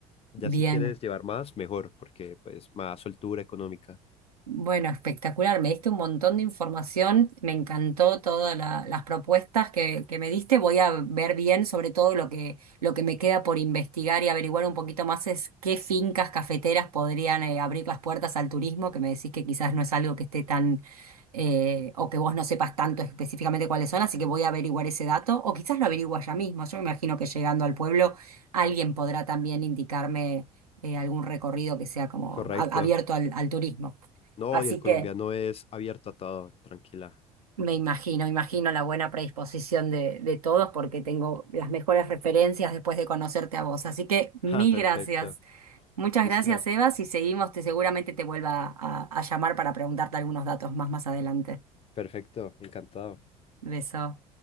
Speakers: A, on the left; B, on the right.
A: Ya
B: Bien.
A: si quieres llevar más, mejor, porque pues más soltura económica.
B: Bueno, espectacular. Me diste un montón de información. Me encantó todas la- las propuestas que, que me diste. Voy a ver bien, sobre todo lo que, lo que me queda por investigar y averiguar un poquito más es qué fincas cafeteras podrían eh, abrir las puertas al turismo, que me decís que quizás no es algo que esté tan eh, o que vos no sepas tanto específicamente cuáles son, así que voy a averiguar ese dato, o quizás lo averigua ya mismo. Yo me imagino que llegando al pueblo alguien podrá también indicarme eh, algún recorrido que sea como
A: Correcto.
B: a- abierto al, al turismo.
A: No,
B: Así
A: y el colombiano
B: que
A: es abierto a todo, tranquila. <laughs>
B: me imagino, imagino la buena predisposición de, de todos porque tengo las mejores referencias después de conocerte a vos. Así que mil
A: Ah, perfecto.
B: gracias. Muchas
A: Listo.
B: gracias, Eva. Si seguimos, te seguramente te vuelva a, a llamar para preguntarte algunos datos más más adelante.
A: Perfecto, encantado.
B: Beso.